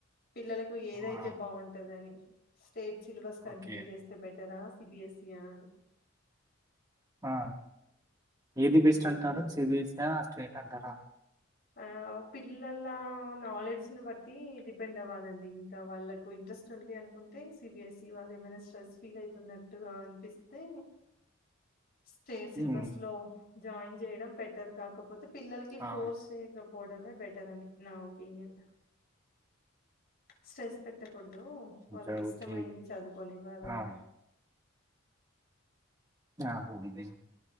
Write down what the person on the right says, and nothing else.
ఆ!
ఓకే.
ఆ ఏది బెస్ట్ అంటారు సిబిఎస్ ఆ స్టేట్ అంటార
హ్మ్.
ఆ!
ఓకే.
ఓకే.
ఆ! ఆ పోంది